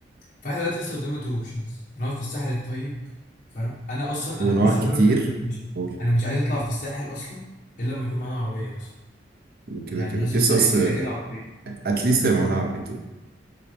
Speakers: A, on the left; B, on the right.
A: فاحنا دلوقتي لسه قدامنا تو اوبشنز نقعد في الساحل الطيب فاهم انا اصلا
B: ونوع
A: انا بص عايز
B: كتير
A: أقول لك حاجة، مش
B: أوف،
A: انا مش عايز اطلع في الساحل اصلا الا لما يكون معانا عربيه مثلا
B: كده
A: يعني
B: كده
A: يس
B: اس
A: الساحل
B: اس
A: كده كده عربيه
B: اتليست هيبقى معانا عربيتين